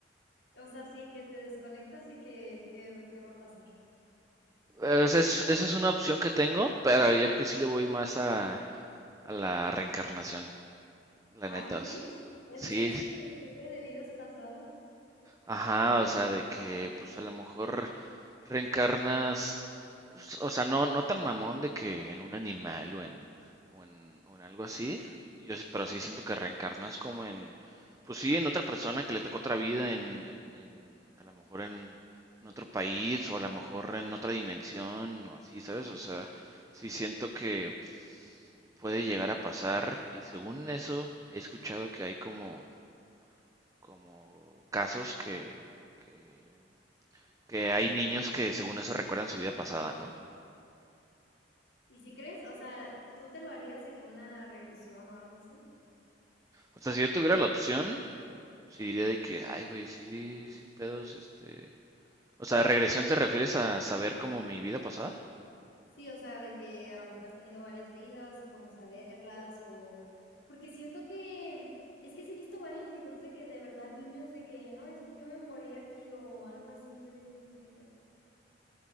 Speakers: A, on the left; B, on the right.
A: o sea, sí, que te desconectas y que, que, ¿qué va a pasar?
B: Eh, o es- esa es una opción que tengo, pero yo creo que sí le voy más a, a la reencarnación, la
A: Ay,
B: neta.
A: ¿crees?
B: o sea.
A: Eso
B: Sí,
A: está superincreíble
B: es-
A: de vidas pasadas.
B: ajá, o sea, de que pues a lo mejor reencarnas, s- o sea, no, no tan mamón de que en un animal o en, o en, o en algo así, yo, sí- pero sí siento que reencarnas como en, pues sí, en otra persona que le tocó otra vida, en, en, en- a lo mejor en, en otro país o a lo mejor en otra dimensión o así, ¿sabes? O sea, sí siento que puede llegar a pasar y según eso he escuchado que hay como, como casos que, que, que hay niños que según eso recuerdan su vida pasada, ¿no?
A: ¿Y si crees? O sea, ¿tú te lo harías de que una regresión o algo así?
B: O sea, si yo tuviera la opción, sí diría de que, ay, güey, sí, sin pedos, este... O sea, regresión te refieres a saber como mi vida pasada?
A: Sí, o sea, de que a lo mejor has tenido varias vidas y como saberlas o porque siento que es que sí he visto varios videos de que de verdad niños de que: "No, es que yo me morí aquí", o algo así, yo digo como: que pedo?".